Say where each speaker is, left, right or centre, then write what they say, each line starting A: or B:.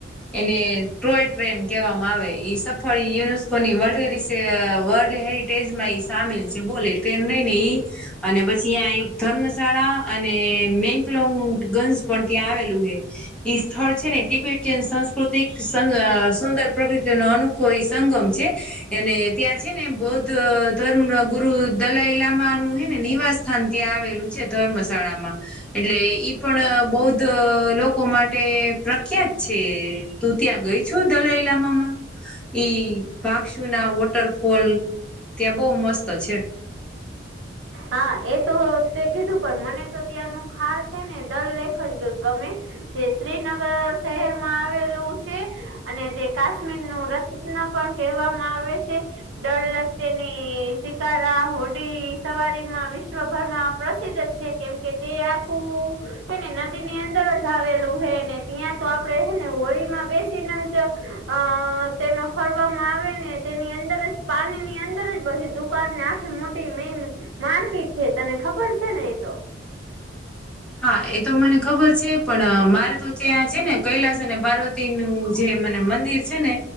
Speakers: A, in the centre; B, on the right.
A: એને ટ્રોય ટ્રેન કહેવામાં આવે ઈ સફળ યુનેસ્કોની વર્લ્ડ હેર વર્લ્ડ હેર ટેજમાં એ સામેલ છે બોલે એટલે એમ નહી નહી. અને પછી અ્યાં એક ધર્મશાળા અને મેકલોંગ ગંજ પણ ત્યાં આવેલું હ. ઈશ્વર છે એટી બ સાંસ્કૃતિક સુંદર પ્રકૃતિ ન અનોખો એ સંગમ છે. અનેને ત્યાં છે ને એમ બહ જ ધર્મ ન ગુરુ દલાઈ લમા નું હે ને નિવાસસ્થાન ત્યાં આવેલું છે ધર્મશાળામાં. એટલે ઈ પણ બૌદ્ધ લોકો માટે પ્રખ્યાત છે. તું ત્યાં ગઈ છો દલાઈલામાંમાં? ઈ ભક્ષુ ના વોટરફોલ. ત્યાં બહુ મસ્ત છે.
B: હા એ તો વખતે કીધું પણ મને તો ત્યાંનું ખાસ છે ને દલ લેખ જ ગમે. જે શ્રીનગર શહેરમાં આવેલું છે. અને તે કાશ્મીર નું રસતના પણ કહેવામાં આવે છે. ડર લગ તેને શિકારા હોડી સવારીમાં વિશ્વભરમાં પ્રસિદ્ધ છે કેમ કે તે આખું એને નદી ની અંદર જ આવેલું હેને ત્યાં તો આપડે હ ને હોળીમાં બેસીને જ અ તેમાં ફરવામાં આવે ને તેની અંદર જ પાણી ની અંદર જ બધી દુકાન ને આખે મોટ મેન માર્કેટ છે તને ખબર છે ને એતો?
A: હા એ તો મને ખબર છે પણ મારે તોચ્યાં છે ને કૈલાસ અને ભારત નું જે મને મંદિર છે ને,